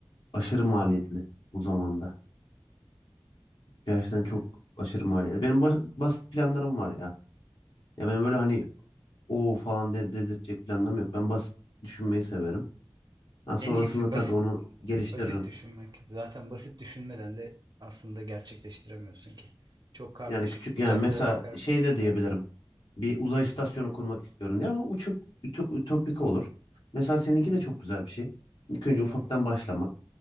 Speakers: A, on the left (about 80°); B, on the right (about 55°).
A: aşırı maliyetli bu zamanda. Gerçekten
B: evet.
A: çok aşırı maliyetli. Benim bas- basit planlarım var ya. Ya ben böyle hani o falan de dedirtecek planlarım yok. Ben basit düşünmeyi severim. Ha, sonrasında
B: En iyisi
A: tabii
B: basit
A: onu geliştiririm.
B: basit düşünmek. Zaten basit düşünmeden de aslında gerçekleştiremiyorsun ki. Çok karmaşık,
A: Yani küçük
B: uzaklara
A: yani mesela
B: bakarak
A: şey de diyebilirim.
B: olmuyor.
A: Bir uzay istasyonu kurmak istiyorum diye ama uçuk ütop- ütopik olur. Mesela seninki
B: Evet,
A: de çok güzel bir şey. İlk önce
B: eyvallah.
A: ufaktan başlamak.